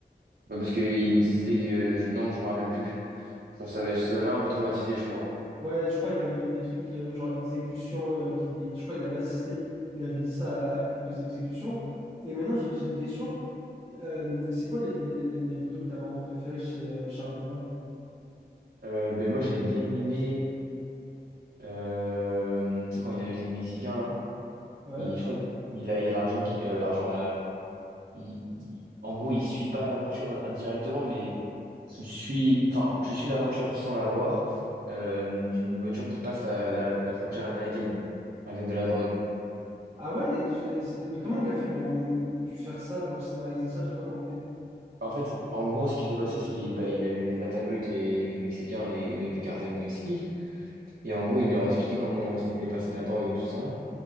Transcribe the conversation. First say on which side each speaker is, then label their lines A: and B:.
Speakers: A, on the right; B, on the right.
A: Bah, parce qu'il disait que, euh, je- non, je me rappelle plus. Ça, ça avait- ça l'avait un peu traumatisé, je crois.
B: Ouais, je crois qu'il avait vu des trucs euh, genre exécution, euh, qu'il, je crois qu'il avait assisté, il avait dit ça à, à quelques exécutions. Et maintenant, j'ai j'ai une question. Euh, c'est quoi les, les, les, les vidéos que t'as vraiment préférées chez euh, Charles Villain?
A: Euh, ben moi, j'ai bien aimé. euh, tu sais, quand il est avec les Mexicains, là,
B: Ouais.
A: il, je crois qu'il a, il y a l'argent qui. euh, l'argent, là. Il, il- en gros, il suit pas la voiture directement, mais tu suis. Enfin, tu suis l'aventure sans la voir euh, d'une voiture qui passe la, la, la frontière américaine avec de la drogue.
B: Ah ouais, je- c'est- mais comment il a fait pour me- faire ça, genre scénariser ça, j'ai pas compris.
A: En fait, en gros, ce qui s'est passé, c'est qu'il bah, il a eu des interviews avec les, les Mexicains, les, les mecs du cartel du Mexique. Et en gros, il leur a expliqué comment ils se faisaient passer de la drogue et tout ça.